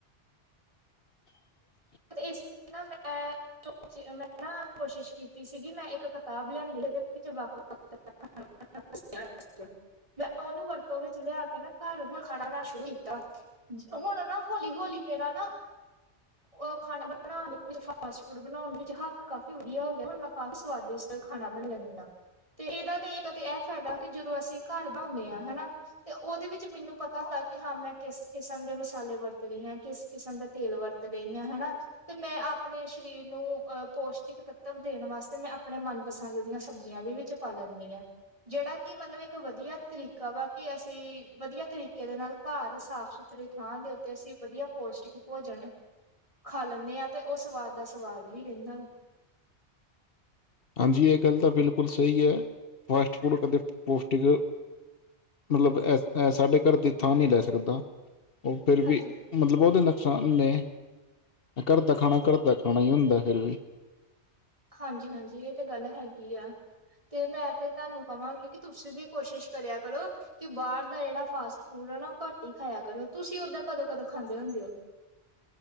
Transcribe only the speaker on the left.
<inaudible>
ਹਾਂਜੀ ਏ ਗੱਲ ਤਾਂ ਬਿਲਕੁਲ ਸਹੀ ਐ ਫਾਸਟ-ਫੂਡ ਕਦੇ ਪੋਸ਼ਟਿਕ ਮਤਲਬ ਅ ਸਾਡੇ ਘੱਰ ਦੀ ਥਾਂ ਨੀ ਲੈ ਸਕਦਾ। ਓ ਫਿਰ
ਵੀ ਮਤਲਬ ਓਦੇ ਨੁਕਸਾਨ ਨੇ ਘੱਰ ਦਾ
ਖਾਣਾ ਘੱਰ ਦਾ ਖਾਣਾ ਈ ਹੁੰਦਾ ਫਿਰ ਵੀ।